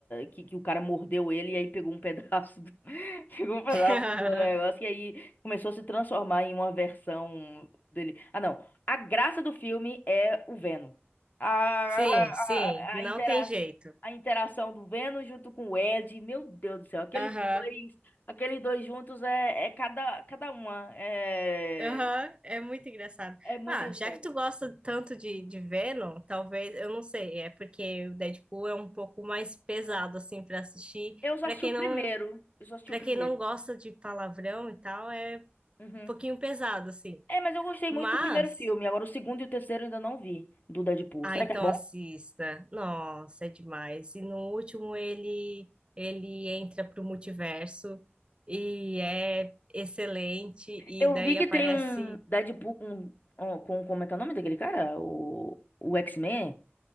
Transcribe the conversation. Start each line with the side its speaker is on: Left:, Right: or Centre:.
Left: que, que o cara mordeu ele e aí pegou um pedaço do, <laughs> pegou um pedaço
Right: <laughs>
Left: do negócio e aí começou a se transformar em uma versão dele. Ah, não. A graça do filme é o Venom. A,
Right: Sim,
Left: a,
Right: sim, não
Left: a, intera
Right: tem jeito.
Left: a interação do Venom junto com o Ed, meu Deus do céu, aqueles
Right: Aham,
Left: dois, aqueles dois juntos é, é cada, cada uma. é,
Right: aham, é muito engraçado.
Left: é muito
Right: Ah,
Left: engraçado.
Right: já que tu gosta tanto de, de Venom, talvez, eu não sei, é porque o Deadpool é um pouco mais pesado, assim, pra assistir.
Left: Eu só
Right: Pra
Left: assisti
Right: quem
Left: o
Right: não,
Left: primeiro. Eu só assisti
Right: para
Left: o
Right: quem
Left: primeiro.
Right: não gosta de palavrão e tal, é um
Left: Uhum.
Right: pouquinho pesado, assim.
Left: É, mas eu gostei
Right: Mas.
Left: muito do primeiro filme. Agora o segundo e o terceiro eu ainda não vi do Deadpool.
Right: Ah,
Left: Será
Right: então
Left: que é bom?
Right: assista. Nossa, é demais. E no último ele ele entra pro multiverso e é excelente e
Left: Eu
Right: daí
Left: vi que
Right: aparece
Left: tem um Deadpool com, com, com- como é que é o nome daquele cara? O, o X-Men?